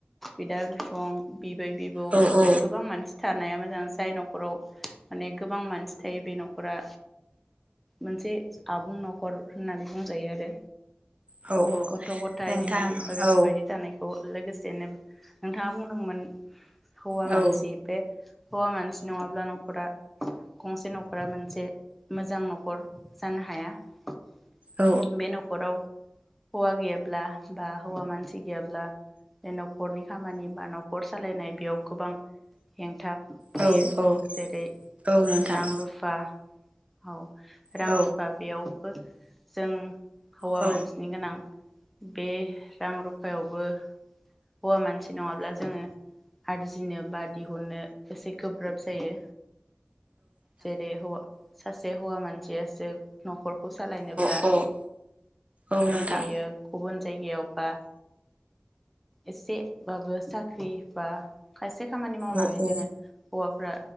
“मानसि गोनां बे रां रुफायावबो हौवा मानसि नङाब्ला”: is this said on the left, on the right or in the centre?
Centre